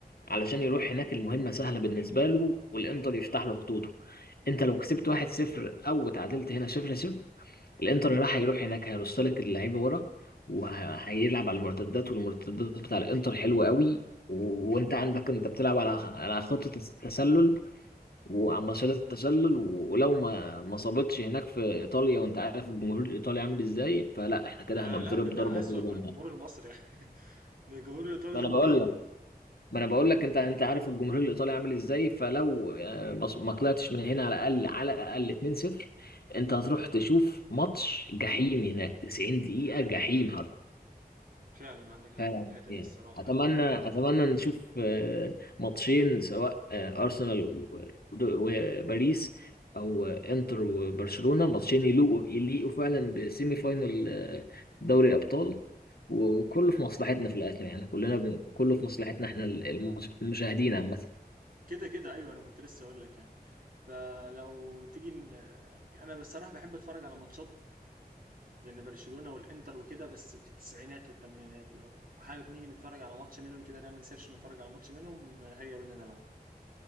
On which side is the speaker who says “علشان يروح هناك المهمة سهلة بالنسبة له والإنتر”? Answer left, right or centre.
Left